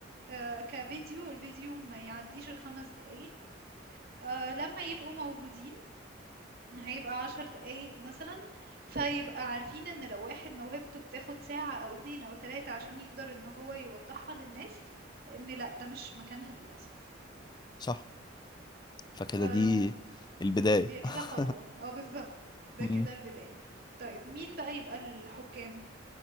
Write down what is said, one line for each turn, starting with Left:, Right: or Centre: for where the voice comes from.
Right: آآ كفيديو الفيديو ما يعدّيش ال5 دقايق، آآ لمّا يبقوا موجودين هيبقى عشر دقايق مثلا فيبقى عارفين ان لو واحد موهبته بتاخد ساعة او اتنين او تلاتة عشان يقدر ان هو يوضحها للناس ان لا ده مش مكانها للأسف
Left: صح فكده
Right: أم،
Left: دي البداية
Right: دي كده
Left: <laughs>
Right: خطوة اه بالظبط ده
Left: مم.
Right: كده البداية طيب مين بقى يبقى الحكام